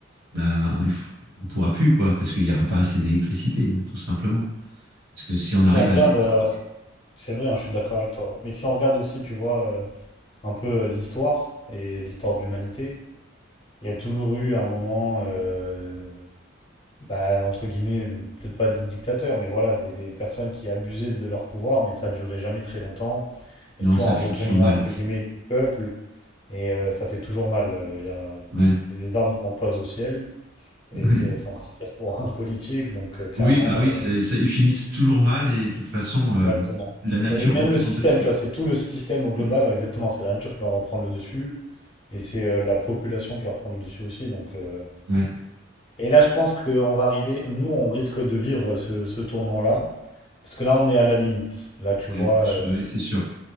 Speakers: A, on the right; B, on the left.
A: Ben, il faut- on pourra plus quoi, parce qu'il n'y aura pas assez d'électricité, hein, tout simplement. Parce que si on
B: Si
A: arrive
B: on regarde,
A: à les,
B: euh, c'est vrai, hein, je suis d'accord avec toi. Mais si on regarde aussi, tu vois, euh, un peu euh, l'histoire et l'histoire de l'humanité, il y a toujours eu un moment, euh, bah, entre guillemets, peut-être pas des dictateurs, mais voilà, des, des personnes qui abusaient de leur pouvoir, mais ça a duré jamais très longtemps. Il
A: non,
B: y a toujours
A: ça
B: un
A: finit
B: retournement,
A: toujours mal.
B: entre guillemets, du peuple. Et euh, ça fait toujours mal. euh, y a,
A: Ouais.
B: les, les armes ne montent pas au ciel. Et
A: <laughs>
B: c'est c'est encore pire pour un <laughs> politique. Donc, euh, clairement,
A: Oui, bah oui,
B: euh,
A: c'est- c'est- ils finissent toujours mal et de toute façon,
B: exactement.
A: euh, la nature
B: Mais même
A: reprend
B: le système,
A: le dessus.
B: tu vois, c'est tout le système au global.
A: Mm.
B: euh, Exactement. C'est la nature qui va reprendre le dessus. Et c'est euh, la population qui va reprendre le dessus aussi. Donc, euh,
A: Ouais,
B: Et là, je pense qu'on va arriver. Nous, on risque de vivre ce, ce tournant-là. Parce que là, on est à la limite. Là, tu
A: ouais,
B: vois,
A: je-
B: euh,
A: ouais, c'est sûr.